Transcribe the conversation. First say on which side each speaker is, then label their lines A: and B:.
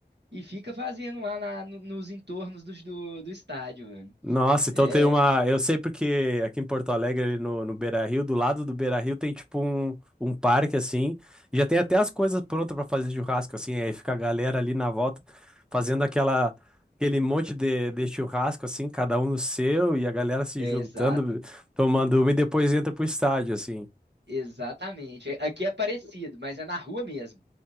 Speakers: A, on the right; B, in the centre.
A: e fica fazendo lá na- no- nos entornos dos- do, do estádio, mano.
B: Nossa, então
A: É,
B: tem uma. Eu sei porque aqui em Porto Alegre, ali no, no Beira-Rio, do lado do Beira-Rio tem tipo um, um parque assim. e já tem até as coisas prontas pra fazer churrasco, assim. Aí fica a galera ali na volta fazendo aquela, aquele monte de, de churrasco, assim, cada um no seu, e a galera se
A: é
B: juntando,
A: exato.
B: tomando uma e depois entra pro estádio, assim.
A: Exatamente. É- Aqui é parecido, mas é na rua mesmo.